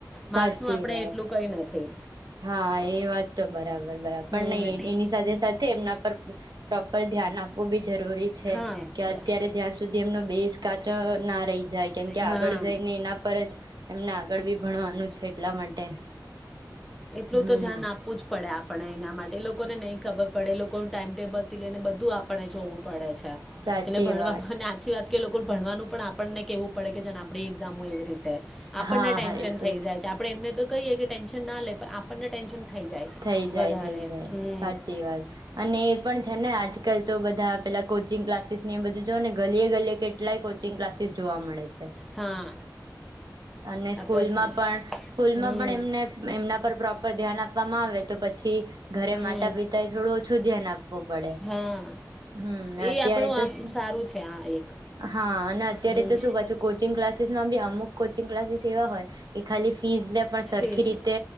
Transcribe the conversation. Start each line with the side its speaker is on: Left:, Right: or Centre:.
Right: સાચી
Centre: માર્ક્સનું આપણે
Right: વાત
Centre: એટલું કઈ નથી.
Right: હા એ વાત તો બરાબર બરાબર પણ
Centre: હમ
Right: નહી એની સાથે સાથે એમના પર પ્રોપર ધ્યાન આપવું બી જરૂરી છે
Centre: હા
Right: કે
Centre: બ
Right: અત્યારે જ્યાં સુધી એમનો બેજ કાચો ના રહી જાય કેમ કે આગળ
Centre: હા
Right: જઈ ને એના પર જ એમને આગળ બી ભણવાનું છે એટલા માટે.
Centre: તો
Right: હમ
Centre: તો ધ્યાન આપવું જ પડે. ને આપણે એના માટે લોકોને નહી ખબર પડે લોકો ટાઈમ ટેબલ થી લઈને બધું આપણે જોવું પડે છે.
Right: સાચી
Centre: એટલે ભણવામાં
Right: વાત.
Centre: સાચી વાત કે લોકોને ભણવાનું પણ આપણને કેહેવું પડે, કે જેને આપણે એઝામ હો એવી રીતે આપણને
Right: હા
Centre: ટેન્શન
Right: હા એ
Centre: થઈ
Right: તો
Centre: જાય છે, આપણે એમને તો કહીએ કે ટેન્શન ના લે આપણને ટેન્શન થઈ જાય
Right: થઈ જાય
Centre: વધારે
Right: થઈ જાય
Centre: હમ
Right: સાચી વાત અને એ પણ છે ને આજકાલ તો બધા પેલા કોચિંગ ક્લાસીસ ની એ બજુ જો ને ગલીએ ગલીએ કેટલાય કોચિંગ ક્લાસ જોવા મળે છે.
Centre: હા
Right: અને
Centre: આ
Right: સ્કૂલ
Centre: તો છે
Right: પણ સ્કૂલમાં
Centre: હમ
Right: પણ એમને એમના પર પ્રો પર ધ્યાન પવામાં આવે તો પછી ઘરે
Centre: હમ
Right: માતા પિતા એ થોડું ઓછું ધ્યાન આપવું પડે.
Centre: હા
Right: હમ્મ,
Centre: એ
Right: અત્યારે
Centre: આપણું
Right: તો
Centre: આમ
Right: શું
Centre: સારું છે આ એક
Right: હા અને અત્યારે
Centre: હમ
Right: તો શું પાછુ કોચિંગ ક્લાસી અમુખ કોચિંગ ક્લાસ એવા હોય કે ખાલી ફીસ લે પણ સરખી
Centre: ફેસ
Right: રીતે